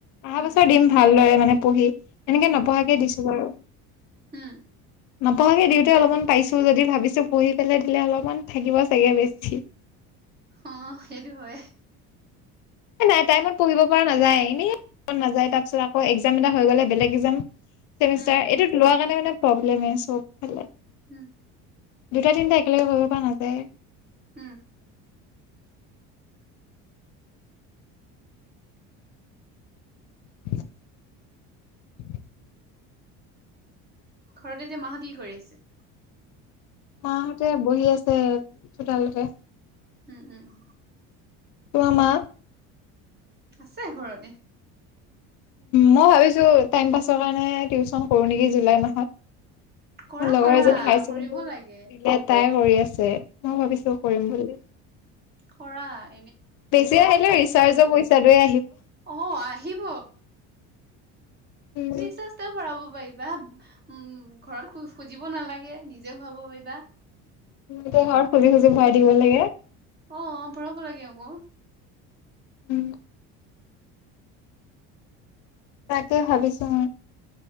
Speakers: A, on the left; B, on the right.
A: আহা
B: উম
A: বছৰ দিম ভালদৰে মানে পঢ়ি। এনেকে নপঢ়াকে দিছো বাৰু।
B: হম।
A: নপঢাকে দিওঁতে অলপমান পাইছো যদি ভাবিছো পঢ়ি পেলাই দিলে অলপমান থাকিব চাগে বেছি
B: অ', সেইটো হয়।
A: নাই টাইমত পঢ়িব পৰা নাযায় এনেই নাযায় তাৰপিছত আকৌ এক্সাম এটা হৈ গ'লে বেলেগ এক্সাম মষ্টাৰ
B: উম
A: এইটো লোৱাৰ কাৰণে মানে প্ৰব্লেম চবফালে
B: হম।
A: দুটা তিনিটা একেলগে কৰিব পৰা নাযায়
B: উম।
A: <unintelligible>
B: ঘৰত এতিয়া মাহত কি কৰি আছে?
A: মাহঁতে বহি আছে চোতালতে
B: উম, উম, উ
A: তোমাৰ মা
B: আছে ঘৰতে।
A: মই ভাবিছোঁ টাইম পাছৰ কাৰণে টিউশচন কৰোঁ নেকি জুলাই মাহত
B: কৰা
A: লগৰ
B: কৰা
A: এজনী <unintelligible>
B: কৰিব লাগে
A: দিলে তাই কৰি আছে মই ভাবিছো কৰিম বুলি
B: কৰাই
A: বেছি আহিলে ৰিচাৰ্জৰ পইচাটোয়ে
B: অ আহিব
A: উম
B: ৰিচাৰ্ছ ভৰাব পাৰিব কিবা উম ঘৰত খুজিব নালাগে নিজে ভৰাাব পাৰিবা
A: এতিয়া ঘৰত খুজি, খুজি ভৰাই দিব লাগে
B: অ', অ', ভৰাব লাগে আকৌ
A: উম। তাকে ভাবিছোঁ।